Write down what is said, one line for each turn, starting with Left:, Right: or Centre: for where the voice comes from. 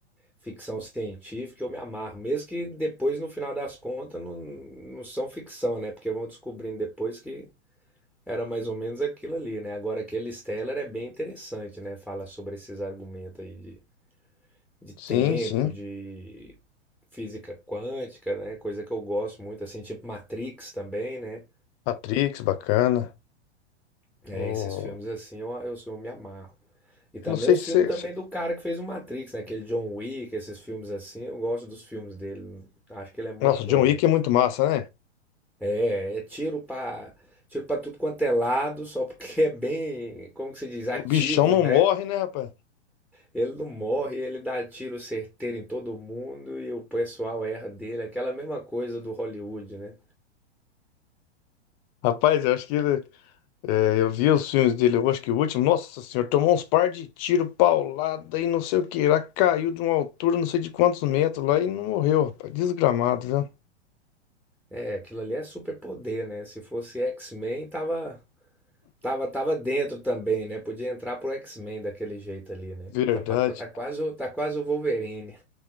Centre: ficção científica, eu me amarro. Mesmo que depois, no final das contas, não, não são ficção, né? Porque vão descobrindo depois que Era mais ou menos aquilo ali, né? Agora, aquele Stellar é bem interessante, né? Fala sobre esses argumentos aí de, de tempo,
Left: Sim, sim.
Centre: de física quântica, né? Coisa que eu gosto muito, assim, tipo Matrix também, né?
Left: Matrix, bacana.
Centre: É,
Left: O...
Centre: esses filmes assim eu, eu, eu me amarro. E também
Left: Eu não sei
Centre: os
Left: se...
Centre: filmes
Left: você-
Centre: também
Left: se-
Centre: do cara que fez o Matrix, né? Aquele John Wick, esses filmes assim, eu gosto dos filmes dele. Acho que ele é muito
Left: Nossa,
Centre: bom,
Left: John Wick
Centre: viu?
Left: é muito massa, né?
Centre: É, é tiro pra, tiro pra tudo quanto é lado, só porque é bem, como que se diz, ativo,
Left: O bichão não
Centre: né?
Left: morre, né, rapaz?
Centre: Ele não morre, ele dá tiro certeiro em todo mundo e o pessoal erra dele. Aquela mesma coisa do Hollywood, né?
Left: Rapaz, eu acho que ele- é, eu vi os filmes dele, eu acho que o último, nossa senhora, tomou uns par de tiro, paulada e não sei o que. Lá caiu de uma altura, não sei de quantos metros lá e não morreu, rapaz. Desgramado, viu?
Centre: É, aquilo ali é superpoder, né? Se fosse X-Men, tava, tava, tava dentro também, né? Podia entrar pro X-Men daquele jeito ali, né?
Left: Verdade.
Centre: Tá, pa- tá quase, o- tá quase o Wolverine.